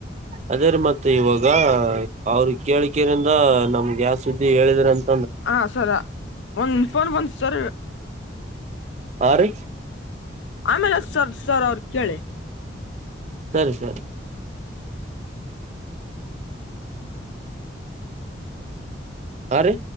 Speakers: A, on the right; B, on the left.
A: ಅದೇ ರೀ ಮತ್ ಇವಾಗ ಅವ್ರ ಕೇಳಿಕರಿಿಂದ ನಮ್ಗೆ ಯಾವ ಸುದ್ದಿ ಹೇಳಿದ್ರ ಅಂತ
B: ಹ ಸರ್ ಒಂದ ಫೋನ್ ಬಂತ್ ಸರ್
A: ಹಾ ರೀ
B: ಆಮೇಲೆ ಹಚ್ಚ ಸರ್ ಸರ್ ಅವರೀಗ ಕೇಳಿ
A: ಸರಿ ಸರಿ ಆ ರೀ